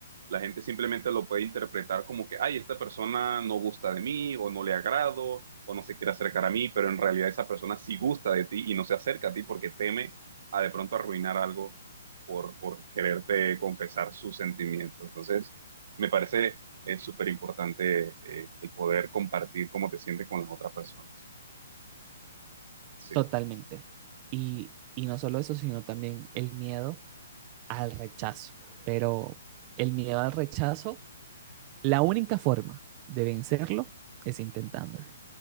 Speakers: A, on the right; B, on the right.
A: La gente simplemente lo puede interpretar como que, ay, esta persona no gusta de mí, o no le agrado, o no se quiere acercar a mí, pero en realidad esa persona sí gusta de ti y no se acerca a ti porque teme a de pronto arruinar algo por, por quererte confesar sus sentimientos. Entonces, me parece es súper importante eh, el poder compartir cómo te sientes con las otras personas. Sí.
B: totalmente. Y, y no solo eso, sino también el miedo al rechazo. Pero el miedo al rechazo La única forma de vencerlo es intentándolo.